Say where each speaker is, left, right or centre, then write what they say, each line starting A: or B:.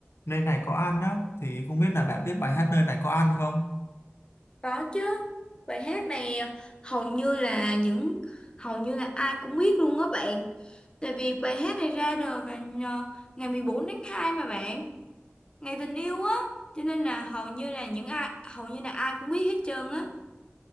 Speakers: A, on the left; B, on the left.
A: nơi này có ăn đó thì không biết là bạn biết bài hát nơi này có ăn không
B: có chứ. Bài hát này hầu như là những hầu như là ai cũng biết luôn á bạn. Tại vì bài hát này ra đời vào nhờ- ngày 14 tháng 2 mà bạn, ngày tình yêu á, cho nên là hầu như là những ai hầu như là ai cũng biết hết trơn á.